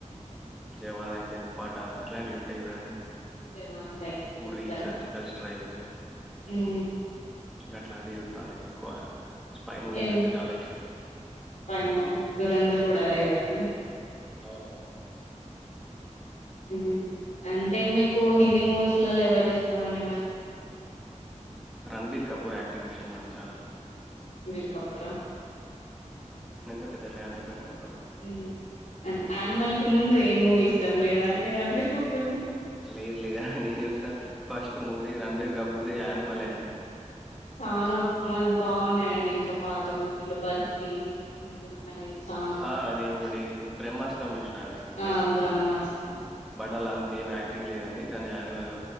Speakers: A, in the centre; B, on the left.
A: జవాన్ అయితేంది పఠాన్ అట్లాంటివి ఉంటాయి చూడండి
B: జవాన్ టైప్ చూస్తారా
A: ఉరి సర్జికల్ స్ట్రైక్
B: ఉమ్
A: ఇంక అట్లాంటివి చూత్తాను ఎక్కువ స్పై మూవీస్
B: ఏ
A: అంటే చాలా ఇష్టం
B: స్పై మూవీస్ దరంధర్ కూడా అదే కదండి
A: అవునవును
B: ఉమ్ అంటే మీకు హిందీ మూవీస్లల్ల ఎవరు ఇష్టమండి మరి
A: రణబీర్ కపూర్ యాక్టింగ్ ఇష్టం అండి చాలా
B: <inaudible> బీర్ కపూరా
A: కె పెద్ద ఫ్యాన్ అయిపోయినా అనుకోండి
B: ఉమ్ యానిమల్ కి ముందు ఏ మూవీ ఇష్టం లేదా అంది రన్ బీర్ కపూర్ది
A: లేదు లేదండి నేను చూసినా ఫస్ట్ మూవీ రణబీర్ కపూర్ది యానిమలే అండి
B: చానా బ బాగున్నాయండి ఇంక పాత మూవీలు బర్ఫీ ఇంకున్నాయి చానా
A: ఆ అదే ఒకటి బ్రహ్మాస్త్రం చూసినా అండి
B: ఆ
A: అయ్యో
B: బ్రహ్మాస్త్రం
A: బడ్డల అంతా ఏం యాక్టింగ్ లేదండి కానీ యానిమల్